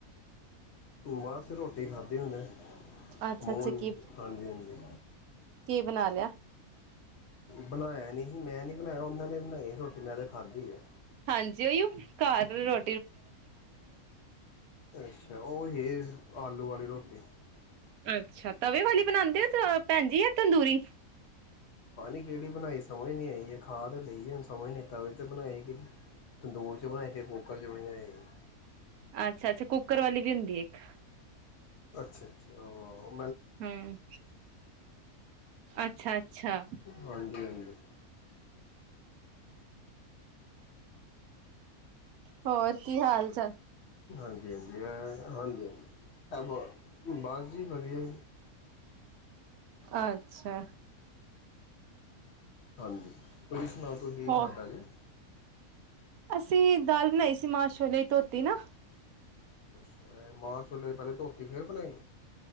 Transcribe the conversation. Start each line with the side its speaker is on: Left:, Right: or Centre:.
Left: ਬਸ ਰੋਟੀ ਖਾਦੀ ਹੁੰਨੇ, <unintelligible>
Right: ਅੱਛਾ ਅੱਛਾ ਕੀ
Left: ਹਾਂਜੀ ਹਾਂਜੀ
Right: ਕੀ ਬਣਾ ਲਿਆ
Left: ਬਨਾਇਆ ਨਹੀਂ। ਮੈਂ ਨਹੀਂ ਬਨਾਇਆ ਉਹਨਾਂ ਨੇ ਬਨਾਈ ਰੋਟੀ ਮੈਂ ਤਾਂ ਖਾਧੀ ਏ।
Right: ਹਾਂਜੀ, ਓਹੀਓ ਕਾਰ ਰੋ
Left: ਅੱਛਾ, ਉਹ ਏ ਆਲੂ ਵਾਲੀ ਰੋਟੀ <unintelligible>
Right: ਅੱਛਾ। ਤਵੇ ਵਾਲੀ ਬਨਾਂਦੇ ਓ ਜਾਂ ਭੈਣ ਜੀ ਤੰਦੂਰੀ
Left: ਪਾ ਨੀ ਕਿਹੜੀ ਬਨਾਈ ਸਮਝ ਨਹੀਂ ਆਈ ਏ, ਖਾ ਤੇ ਲਈ ਹੁਨ ਸਮਝ ਨਹੀਂ ਆਈ ਤਵੇ ਤੇ ਬਨਾਏ ਕਿ ਤੰਦੂਰ ਚ ਬਨਾਏ ਕੇ ਕੁੱਕਰ ਚ ਬਨਾਏ <inaudible>
Right: ਅੱਛਾ-ਅੱਛਾ ਕੁੱਕਰ ਵਾਲੀ ਵੀ ਹੁੰਦੀ ਇੱਕ
Left: ਅੱਛਾ-ਅੱਛਾ ਆਂ।
Right: ਹੂੰ, ਅੱਛਾ-ਅੱਛਾ।
Left: ਹਾਂਜੀ ਹਾਂਜੀ
Right: ਹੋਰ ਕੀ ਹਾਲ? <unintelligible>
Left: ਹਾਂਜੀ-ਹਾਂਜੀ, ਹਾਂਜੀ-ਹਾਂਜੀ <unintelligible> ਬਾਸ ਜੀ ਵਧੀਆ।
Right: ਅੱਛਾ।
Left: ਹਾਂਜੀ, ਤੁਹੀ ਸੁਨਾਓ ਤੁਹੀ
Right: ਹੋ
Left: ਖਾਦਾ ਜੇ
Right: ਅਸੀ ਦਾਲ ਬਨਾਈ ਸੀ ਮਾ-ਸ਼ੋਲਿਆ ਧੋਤੀ ਨਾ
Left: ਅੱਛਾ, ਏ ਮਾ-ਸ਼ੋਲਿਆ ਦੀ ਪਹਿਲੇ ਧੋਤੀ ਫੇਰ ਬਨਾਈ